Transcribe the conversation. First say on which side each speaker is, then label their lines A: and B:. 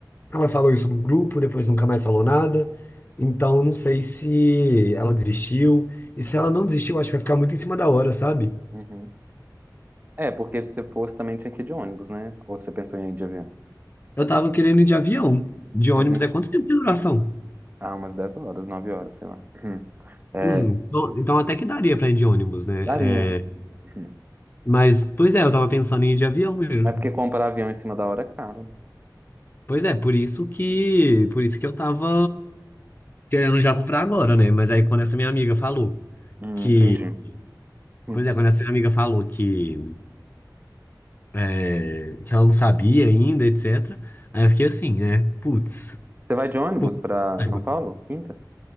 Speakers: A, on the left; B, on the right.
A: ela falou isso no grupo, depois nunca mais falou nada. Então, não sei se ela desistiu. E se ela não desistiu, acho que vai ficar muito em cima da hora, sabe?
B: Uhum. É, porque se você fosse também tinha que ir de ônibus, né? Ou você pensou em ir de avião?
A: Eu tava querendo ir de avião. De ônibus
B: Mas em...
A: é quanto tempo de duração?
B: Ah, umas 10 horas, 9 horas, sei lá. Hum. É,
A: Hum, então então até que daria pra ir de ônibus, né?
B: daria.
A: É,
B: Hum.
A: mas, pois é, eu tava pensando em ir de avião mesmo.
B: Mas porque comprar avião em cima da hora é caro, né?
A: Pois é, por isso que, por isso que eu tava querendo já comprar agora, né? Mas aí quando essa minha amiga falou
B: Hum,
A: que,
B: entendi. Hum.
A: pois é, quando essa minha amiga falou que, é, que ela não sabia ainda, etc. Aí eu fiquei assim, né? Putz,
B: Você vai de ônibus
A: pô,
B: pra
A: saiba.
B: São Paulo? Quinta?